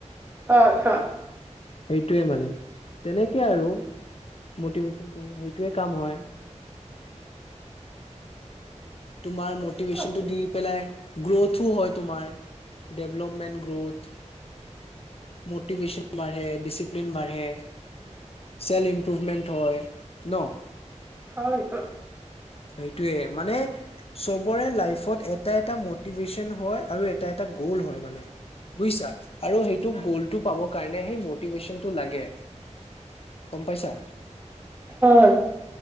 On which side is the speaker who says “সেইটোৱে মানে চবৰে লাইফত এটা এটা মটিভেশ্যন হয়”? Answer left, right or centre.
Left